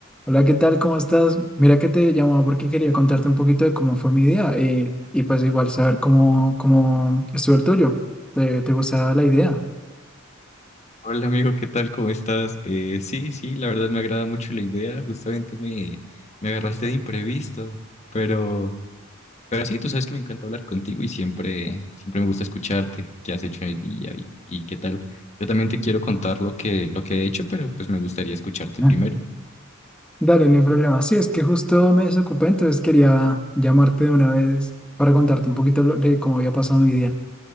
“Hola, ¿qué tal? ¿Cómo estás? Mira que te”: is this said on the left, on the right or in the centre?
Centre